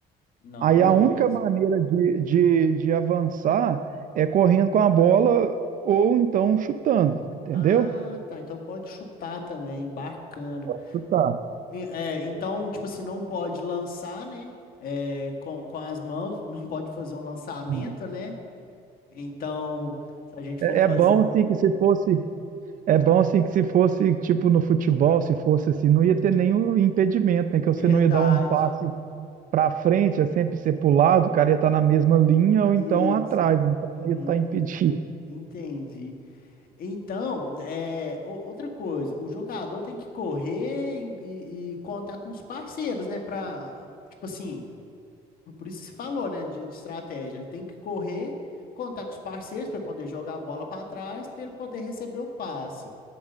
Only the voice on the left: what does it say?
Não,
beleza.
Ah, tá. Então pode chutar também. Bacana.
E, é, então, tipo assim, não pode lançar, né? É, com, com as mãos, não pode fazer um lançamento,
né? Então, se a gente
for fazer
um.
Verdade.
Isso.
Uhum,
en- entendi. Então, é, o- outra coisa, o jogador tem que correr e, e- e contar com os parceiros, né? Pra, tipo assim, por por isso que você falou, né? De, de estratégia. Ele tem que correr, contar com os parceiros para poder jogar a bola para trás, para ele poder receber o passe.